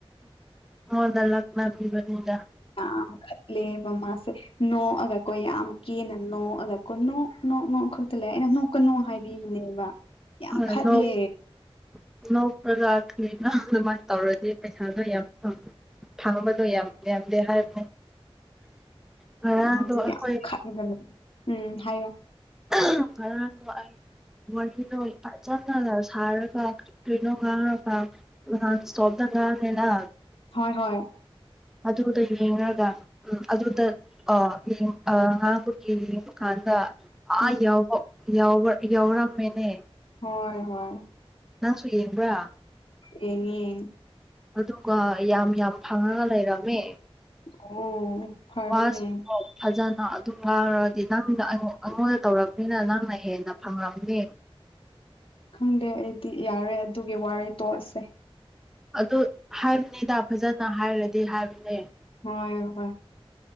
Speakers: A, in the centre; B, on the left.
A: ꯃꯉꯣꯟꯗ ꯂꯛꯅꯕꯤꯕꯅꯤꯗ
B: ꯌꯥꯝ ꯈꯠꯂꯦꯕ ꯃꯥꯁꯦ ꯅꯣꯛꯑꯒ ꯀꯣ ꯌꯥꯝ ꯀꯦꯅ ꯅꯣꯛꯑꯒ ꯀꯣ ꯅꯣꯛ ꯅꯣꯛ ꯅꯣꯛ ꯈꯛꯇ ꯂꯩ ꯑꯩꯅ ꯅꯣꯛ ꯀꯅꯣ ꯍꯥꯏꯕꯤꯕꯅꯦꯕ
A: <unintelligible>
B: ꯌꯥꯝ ꯈꯠꯂꯦ
A: ꯅꯣꯛꯄꯗ <unintelligible> ꯑꯗꯨꯃꯥꯏꯅ ꯇꯧꯔꯗꯤ ꯄꯩꯁꯥꯗꯣ ꯌꯥꯝ <unintelligible> ꯐꯪꯕꯗꯣ ꯌꯥꯝ ꯌꯥꯝꯗꯦ ꯍꯥꯏꯕꯅꯦ ꯉꯔꯥꯡꯗꯣ
B: ꯃꯥꯗꯤ
A: ꯑꯩꯈꯣꯏ
B: ꯌꯥꯝ ꯈꯟꯕꯅꯦ ꯎꯝ ꯍꯥꯏꯌꯣ
A: <inaudible> ꯋꯥꯔꯤꯗꯣ ꯐꯠꯖꯅꯒ ꯁꯥꯔꯒ ꯀ ꯀ꯭ꯔꯤꯅꯣ ꯉꯥꯡꯔꯒ <unintelligible> ꯁ꯭ꯇꯣꯞꯇ ꯉꯥꯡꯉꯦꯅꯥ
B: ꯍꯣꯏ ꯍꯣꯏ
A: ꯑꯗꯨꯗꯒꯤ <unintelligible> ꯎꯝ ꯑꯗꯨꯗ ꯑ ꯑ ꯉꯥꯡꯕꯒꯤ ꯌꯦꯡꯕ ꯀꯥꯟꯗ ꯑꯥ
B: ꯎꯝ
A: ꯌꯥꯎꯕ ꯌꯥꯎꯕ ꯌꯥꯎꯔꯝꯃꯦꯅꯦ
B: ꯍꯣꯏ ꯍꯣꯏ
A: ꯅꯪꯁꯨ ꯌꯦꯡꯕ꯭ꯔꯥ
B: ꯌꯦꯡꯉꯦ
A: ꯑꯗꯨꯒ ꯌꯥꯝ ꯌꯥꯝ ꯐꯪꯔꯒ ꯂꯩꯔꯝꯃꯦ
B: ꯑꯣ ꯐꯔꯅꯦ
A: ꯋꯥꯁꯨ ꯐꯖꯅ ꯑꯗꯨꯝ ꯉꯥꯡꯔꯗꯤ ꯅꯪꯅ ꯑꯩꯉꯣ ꯑꯩꯉꯣꯟꯗ ꯇꯧꯔꯛꯅꯤꯅ ꯅꯪꯅ ꯍꯦꯟꯅ ꯐꯪꯔꯝꯃꯦ
B: ꯈꯪꯗꯦ ꯑꯩꯗꯤ ꯌꯥꯔꯦ ꯑꯗꯨꯒꯤ ꯋꯥꯔꯤ ꯇꯣꯛꯑꯁꯦ
A: ꯑꯗꯨ ꯍꯥꯏꯕꯅꯤꯗ ꯐꯖꯅ ꯍꯥꯏꯔꯗꯤ ꯍꯥꯏꯕꯅꯦ
B: ꯍꯣꯏ ꯍꯣꯏ